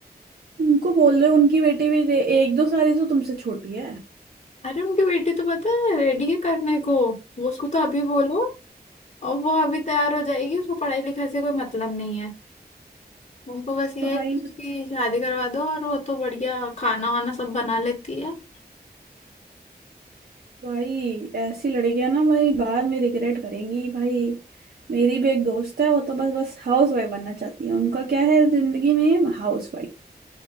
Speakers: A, on the right; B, on the left.
A: उनको बोल रहे उनकी बेटी भी दे, एक दो साल ही तो तुमसे छोटी है
B: अरे उनकी बेटी तो पता है रेडी है करने को वो उसको तो अभी बोलो और वो अभी तैयार हो जाएगी उसको पढ़ाई लिखाई से कोई मतलब नहीं है उसको बस ये
A: भाई
B: है कि
A: मुझे
B: उसकी शादी करवा दो और वो तो बढ़िया खाना वाना सब बना लेती है
A: भाई ऐसी लड़कियां ना भाई बाद में रिग्रेट करेंगी भाई मेरी भी एक दोस्त है वो तो बस बस हाउस वाइफ बनना चाहती है उनका क्या है जिंदगी में हाउस